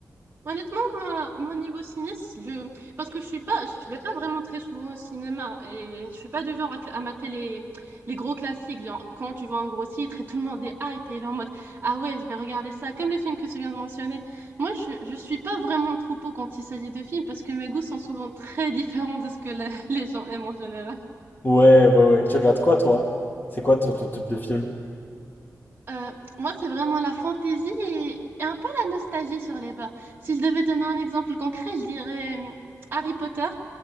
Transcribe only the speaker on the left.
Ouais, ouais, ouais. Tu regardes quoi, toi? C'est quoi ton ton type de film?